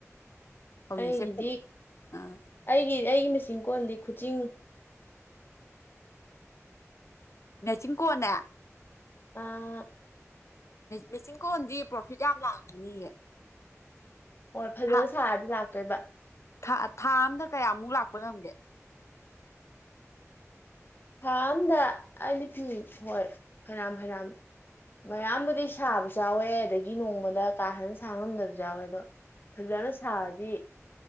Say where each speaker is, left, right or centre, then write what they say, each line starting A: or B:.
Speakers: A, on the left; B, on the left.
A: ꯍꯧꯖꯤꯛꯁꯦ
B: ꯑꯩꯒꯤꯗꯤ
A: ꯑꯥ
B: ꯑꯩꯒꯤ ꯑꯩꯒꯤ ꯃꯦꯆꯤꯟ ꯀꯣꯟꯗꯤ ꯈꯨꯆꯤꯡ
A: ꯅꯦꯆꯤꯟ ꯀꯣꯟꯅꯦ
B: ꯑꯥ
A: ꯃꯦꯆꯤꯟ ꯀꯣꯟꯗꯤ ꯄ꯭ꯔꯣꯐꯤꯠ ꯌꯥꯝ ꯂꯥꯛꯑꯝꯒꯅꯤꯌꯦ
B: ꯍꯣꯏ ꯐꯖꯅ
A: ꯊꯥ
B: ꯁꯥꯔꯗꯤ ꯂꯥꯛꯇꯣꯏꯕ
A: ꯊꯥ ꯊꯥ ꯑꯝꯗ ꯀꯌꯥꯃꯨꯛ ꯂꯥꯛꯄ ꯉꯝꯒꯦ
B: ꯊꯥ ꯑꯝꯗ ꯑꯩ ꯂꯤꯄꯤ ꯍꯣꯏ ꯐꯅꯌꯥꯝ ꯐꯅꯌꯥꯝ ꯃꯌꯥꯝꯕꯨꯗꯤ ꯁꯥꯕꯁꯨ ꯌꯥꯎꯋꯦ ꯑꯗꯒꯤ ꯅꯣꯡꯃꯗ ꯀꯥ ꯍꯦꯟꯅ ꯁꯥꯡꯉꯝꯗꯕꯁꯨ ꯌꯥꯎꯋꯦ ꯑꯗꯣ ꯐꯖꯅ ꯁꯥꯔꯗꯤ